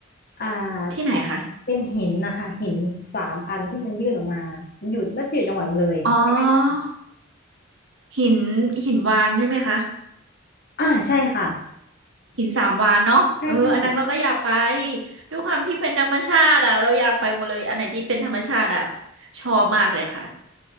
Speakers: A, on the left; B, on the right.
A: อ่า
B: ที่ไหนคะ
A: ที่เป็นหินนะคะหินสามอันที่มันยื่นออกมามันอยู่น่าจะอยู่จังหวัดเลยใกล้ๆกัน
B: อ๋อ หินหินวานใช่ไหมคะ
A: อ่าใช่ค่ะ
B: หินสามวานเนาะเอออันนั้นเราก็อยากไป
A: ใช่ใช่
B: ด้วยความที่เป็นธรรมชาติอ่ะเราอยากไปหมดเลยอันไหนที่เป็นธรรมชาติอ่ะชอบมากเลยค่ะ